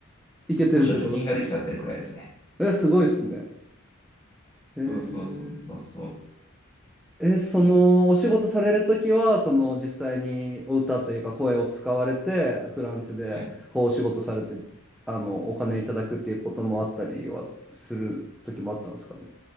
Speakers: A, in the centre; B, on the left.
A: い。いけてるってことですね。
B: むしろ貯金ができちゃってるくらいですね。
A: え、すごいっすね。
B: そうそうそうそうそう。
A: へえ。え、そのお仕事されるときは、その実際にお歌というか声を使われて、フランスでこうお仕事されて、
B: はい。
A: あの、お金いただくっていうこともあったりはするときもあったんですかね。